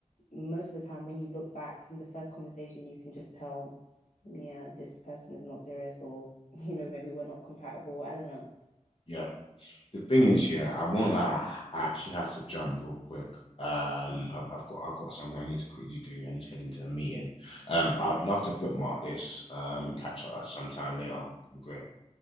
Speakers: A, on the left (about 85°); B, on the left (about 45°).
A: most of the time when you look back from the first conversation, you can just tell, yeah, this person is not serious or, <laughs> you know, maybe we're not compatible. I don't know.
B: yeah. The thing is, yeah, I won't lie. I actually have to jump real quick. Um,
A: Yeah.
B: I, I've got I've got something I need to quickly do. I need to head into a meeting. Um, but
A: Okay.
B: I'd love to bookmark this. Um, and catch up sometime later. Great.